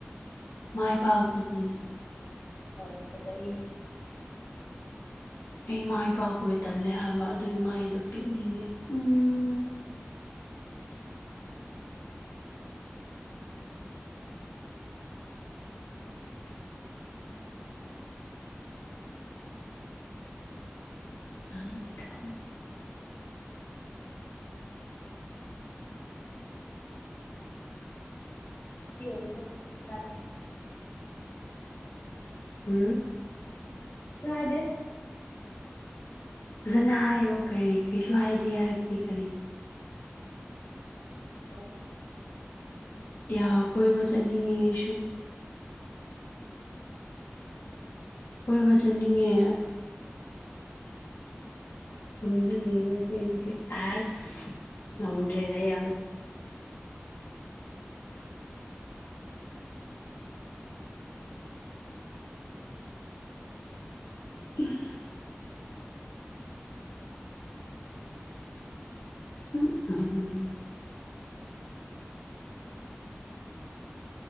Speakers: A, on the left (about 75°); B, on the left (about 45°).
A: ꯃꯥꯏ ꯄꯥꯛꯕꯗꯨꯅꯦ
B: ꯍꯣꯏ ꯐꯖꯩ
A: ꯑꯩ ꯃꯥꯏ ꯄꯥꯎꯕꯒ ꯇꯜꯂꯦ ꯍꯥꯏꯕ ꯑꯗꯨ ꯃꯥꯏꯗꯣ ꯄꯤꯛꯅꯤꯡꯉꯦ ꯎꯝ ꯑ <unintelligible>
B: ꯑꯣꯏꯣ ꯇ <inaudible>
A: ꯍꯨꯝ
B: ꯂꯥꯢꯗꯦ
A: ꯐꯖꯅ ꯍꯥꯏꯌꯣ ꯀꯔꯤ ꯀꯩꯁꯨ ꯍꯥꯏꯗꯦ ꯍꯥꯏꯕꯗꯤ ꯀꯔꯤ꯫
B: ꯍꯣꯢ
A: ꯌꯥ ꯀꯣꯏꯕ ꯆꯠꯅꯤꯡꯉꯦ ꯑꯩꯁꯨ꯫ ꯀꯣꯏꯕ ꯆꯠꯅꯤꯡꯉꯦ꯫ ꯔꯨꯝꯗ ꯂꯩꯕ ꯄꯦꯟꯗꯦ ꯑꯁ ꯉꯝꯗ꯭ꯔꯦꯗ ꯑꯩ ꯌꯥꯝ꯫ <unintelligible> <inaudible>